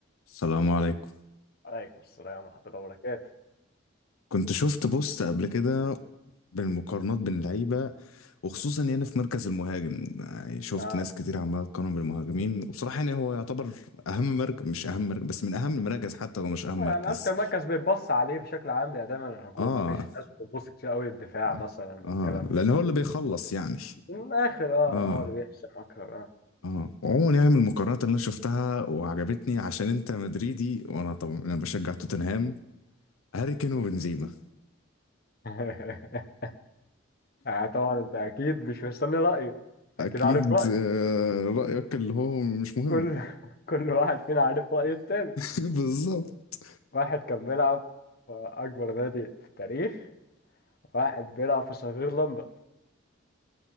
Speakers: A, on the left; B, on the left.
A: السلام عليكم
B: عليكم السلام ورحمة الله وبركاته
A: كنت شفت بوست قبل كده بالمقارنات بين اللعيبة وخصوصا يعني في مركز المهاجم يعني شفت
B: اه
A: ناس كتير عمالة تقارن بالمهاجمين وبصراحة يعني هو يعتبر أهم مركز مش أهم مركز بس من أهم المراكز حتى لو مش أهم
B: هو
A: مركز
B: يعني أكتر مركز بيتبص عليه بشكل عام بيبقى دايما الهجوم
A: آه
B: مفيش ناس بتبص كتير قوي للدفاع
A: آه
B: مثلا
A: آه،
B: والكلام
A: لأن
B: ده
A: هو اللي بيخلص يعني
B: من الآخر اه
A: آه
B: هو اللي بيحسم أكتر اه
A: آه وعموما يعني من المقارنات اللي أنا شفتها وعجبتني عشان أنت مدريدي وأنا طبعا أنا بشجع توتنهام هاري كين وبنزيما
B: <laughs> يعني طبعا أنت أكيد مش مستني رأيي
A: أكيد
B: أكيد عارف رأيي
A: آه، رأيك اللي هو مش مهم
B: كل <laughs> كل واحد فينا عارف رأي التاني
A: <laughs> بالظبط
B: واحد كان بيلعب في أكبر نادي في التاريخ واحد بيلعب في صغير لندن